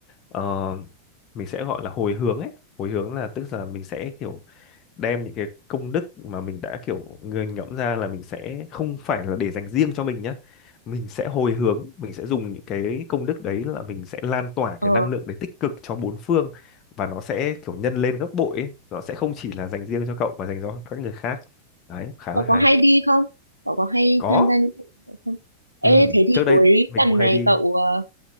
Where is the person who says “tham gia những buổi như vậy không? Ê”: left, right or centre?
Right